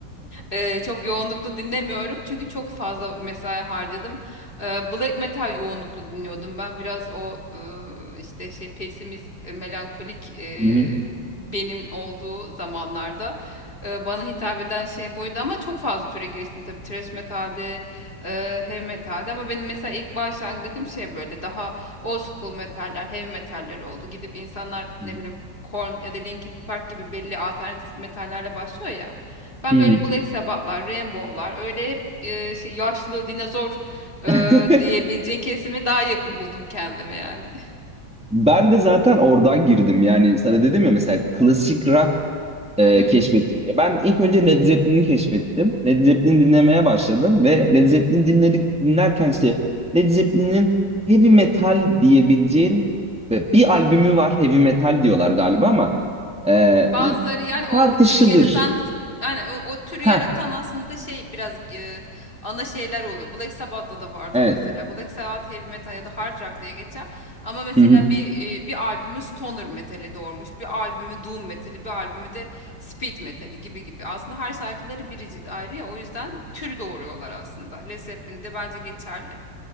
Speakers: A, on the left; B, in the centre.
A: Eee, çok yoğunluklu dinlemiyorum çünkü çok fazla mesai harcadım. Eee, black metal yoğunluklu dinliyordum ben. Biraz o eee, işte şey pesimist, e, melankolik eee,
B: hı
A: benim olduğu zamanlarda eee, bana hitap eden şey buydu ama çok fazla türe giriştim tabii. Thrash metalde, eee heavy metalde ama benim mesela ilk başlangıcım şey böyle daha old school metaller, heavy metaller oldu. Gidip insanlar
B: hı,
A: ne bileyim Korn ya da Linkin Park gibi belli alternatif metallerle başlıyor ya. Ben
B: hı
A: böyle
B: hı.
A: Black Sabbath'lar, Rainbow'lar öyle hep e, şey yaşlı dinozor
B: <laughs>
A: e, diyebileceğin kesime daha yakın buldum kendime yani.
B: Ben de zaten oradan girdim. Yani sana dedim ya mesela klasik rock e,
A: <laughs> Hı hı.
B: keşfettim diye. Ben ilk önce Led Zeppelin'i keşfettim. Led Zeppelin dinlemeye başladım ve Led Zeppelin dinledik dinlerken işte Led Zeppelin'in heavy metal diyebileceğin ve bir albümü var heavy metal diyorlar galiba ama e, e,
A: Bazıları yani o
B: tartışılır.
A: türü yaratan yani o, o türü
B: Ha
A: yaratan aslında şey biraz e, ana şeyler oluyor. Black Sabbath'ta da vardır
B: evet.
A: mesela. Black Sabbath heavy metal ya da hard rock diye geçer. Ama mesela
B: <laughs>
A: bir e, bir albümü stoner metali doğurmuş, bir albümü doom metali, bir albümü de speed metali gibi gibi. Aslında her şarkıları biricik ayrı ya o yüzden tür doğuruyorlar aslında. Led Zeppelin de bence geçerli.